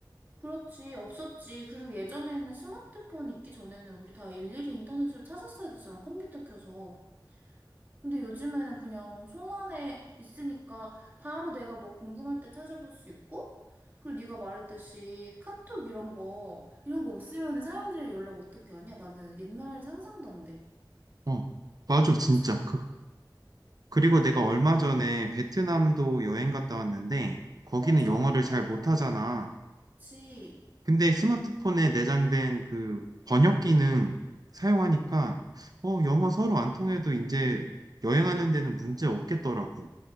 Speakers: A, on the right; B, on the right.
A: 그렇지, 없었지. 그리고 예전에는 스마트폰 있기 전에는 우리 다 일일이 인터넷으로 찾았어야 되잖아, 컴퓨터 켜서. 근데 요즘에는 그냥 손 안에 있으니까 바로 내가 뭐 궁금할 때 찾아볼 수 있고, 그리고 네가 말했듯이 카톡 이런 거, 이런 거 없으면 사람들이랑 연락 어떻게 하냐? 나는 옛날 상상도 안 돼.
B: 어, 맞아, 진짜.
A: 그치?
B: 그, 그리고 내가 얼마 전에 베트남도 여행 갔다 왔는데 거기는
A: 어, 좋았겠다.
B: 영어를 잘 못하잖아.
A: 그치?
B: 근데 스마트폰에 내장된 그 번역 기능 사용하니까 어, 영어 서로 안 통해도 이제 여행하는 데는 문제 없겠더라고.